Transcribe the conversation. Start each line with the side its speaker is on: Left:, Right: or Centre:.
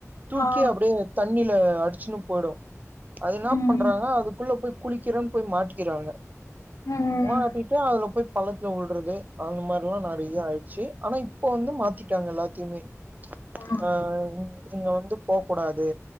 Right: தூக்கி
Left: ஆ
Right: அப்டே தண்ணி ல அடிச்சுன்னு போய்டூ அது என்ன
Left: ம்
Right: பண்றாங்க அதுக்குள்ள போய் குளிக்கிறேன் போய் மாட்டிக்கிறாங்க
Left: ம்
Right: மாட்டிட்டு அதுல போய் பல்லத்துல உல்றது அந்த மாரிலா நெறயா ஆய்றுச்சு ஆனா இப்ப வந்து மாத்திட்டாங்க எல்லா திமே
Left: ஆ
Right: ஆஹ் இங்க வந்து போக்கூடாது